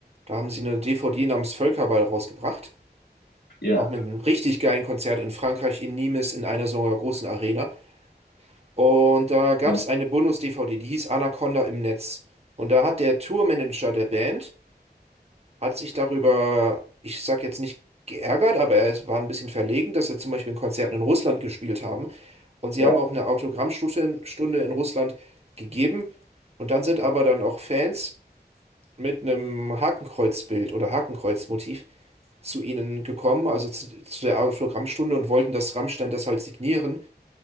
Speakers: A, on the right; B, on the left.
A: da haben sie eine DVD namens Völkerball rausgebracht,
B: ja,
A: auch mit einem richtig geilen Konzert in Frankreich, in Nimes, in einer so einer großen Arena. Und da gab
B: ja,
A: es eine Bonus-DVD, die hieß Anaconda im Netz. Und da hat der Tourmanager der Band hat sich darüber, ich sag jetzt nicht geärgert, aber er war ein bisschen verlegen, dass er zum Beispiel in Konzerten in Russland gespielt haben. Und sie
B: ja,
A: haben auch eine Autogrammstunde in, Stunde in Russland gegeben. Und dann sind aber dann auch Fans mit einem Hakenkreuzbild oder Hakenkreuzmotiv zu ihnen gekommen, also zu, zu der Autogrammstunde und wollten, dass Rammstein das halt signieren.